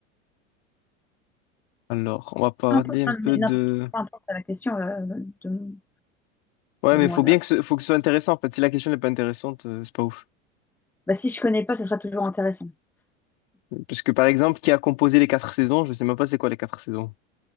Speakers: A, on the left; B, in the centre.
A: Alors, on va parler
B: Peu importe,
A: un
B: non,
A: peu
B: mais
A: de...
B: non, peu importe la question euh, de,
A: Ouais,
B: de
A: mais
B: moi.
A: faut bien que ce, faut que ce soit intéressant, en fait. Si la question n'est pas intéressante, euh, c'est pas ouf.
B: Bah, si je connais pas, ça sera toujours intéressant.
A: Parce que, par exemple, qui a composé les quatre saisons? Je sais même pas c'est quoi les quatre saisons.